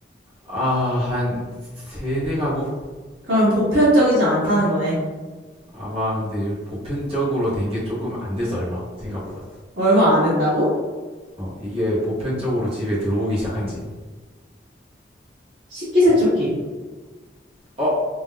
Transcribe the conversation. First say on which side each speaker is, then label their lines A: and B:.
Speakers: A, on the right; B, on the right.
A: 아, 한 세네 가구?
B: 그러면 보편적이지 않다는 거네.
A: 아마 근데 요- 보편적으로 된 게 조금 안 돼서 얼마 생각보다.
B: 얼마 안 했다고?
A: 어, 이게 보편적으로 집에 들어오기 시작한 지.
B: 식기 세척기.
A: 어,